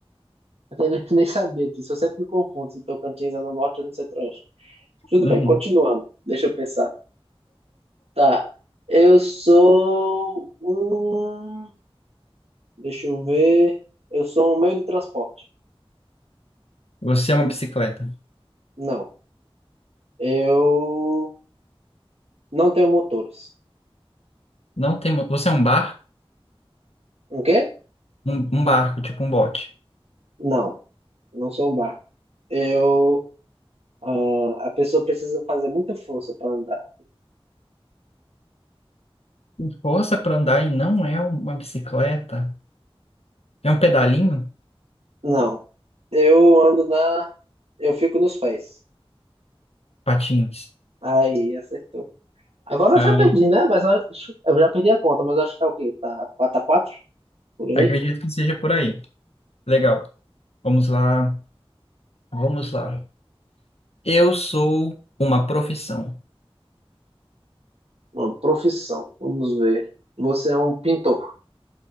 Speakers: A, on the right (about 80°); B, on the left (about 85°).
A: Eu nem, nem sabia disso. Eu sempre me confundo se Tocantins é no norte ou no centro-oeste. Tudo
B: Uhum.
A: bem, continuando. Deixa eu pensar. Tá. Eu sou um. Deixa eu ver. Eu sou um meio de transporte.
B: Você é uma bicicleta.
A: Não. Eu não tenho motores.
B: Não tem, mo- você é um barco,
A: O quê?
B: um, um barco, tipo um bote.
A: Não. Não sou um barco. Eu. ah, a pessoa precisa fazer muita força para andar.
B: Tem força para andar e não é um, uma bicicleta. É um pedalinho?
A: Não. Eu ando na. Eu fico nos pés.
B: Patins.
A: Aí, acertou. Agora
B: Ah,
A: eu já perdi, né? Mas acho, eu já perdi a conta, mas acho que tá o quê? Tá quatro a 4 por aí?
B: acredito que seja por aí. Legal. Vamos lá. Vamos lá. Eu sou uma profissão.
A: Uma profissão. Vamos ver. Você é um pintor,